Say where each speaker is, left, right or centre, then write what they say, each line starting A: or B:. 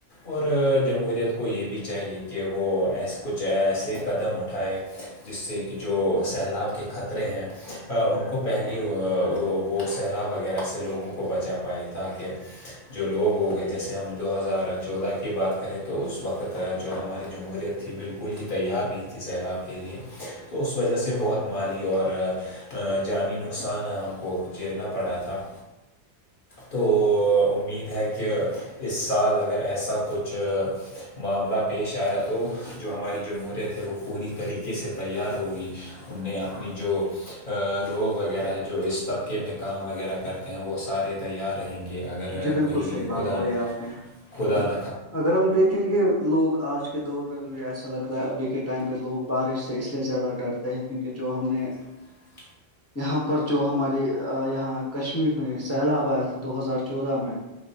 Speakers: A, on the left; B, on the left.
A: اور- جمہوریت کو یہ بھی چاہیے کہ وہس کچھ ایسلے قدم اٹھائے جس سے کہ جو سیلاب کے خطرے ہیں ان کو پہلیے وہ سیلاب وغیرہ سے لوگوں کو بچا پائی تاکہ- جو لوگ ہو گئے جیسے ہم دو ہزار چودہ کی بات کرے تو اس وقت جو ہماری جمہوریت تھی بالکل ہی تیار نہیں تھی سیلاب کے لیے- تو اس وجہ سے بہت مالی اور- جانی نقصان ہم کو جھیلنا پڑا تھا- تو امید ہے کہ اس سال اگر ایسا کچھ- معاملہ پیش آیا تو جو ہماری جمہورت ہے وہ پوری طریقے سے تیار ہوگی ان نے اپنی جو لوگ وغیرہ ہے جو اس طبقے میں کام وغیرہ کرتے ہیں وہ سارے- تیار رہیں گے اگر
B: جی بالکل
A: کہیں
B: صحیح بات
A: خدا
B: بولی
A: -خدا
B: آپ نے
A: ن
B: اگر ہم دیکھیں گے لوگ آج کل کے دور میں مجھے ایسا لگتا ہے ابھی کے ٹائم پہ لوگ بارش سے اس لیے زیادہ ڈرتے ہیں کیونکہ جو ہم نے-
A: <inaudible>
B: یہاں پر جو ہمارے یہاں کشمیر میں سیلاب آیا تھا دو ہزار- چودہ میں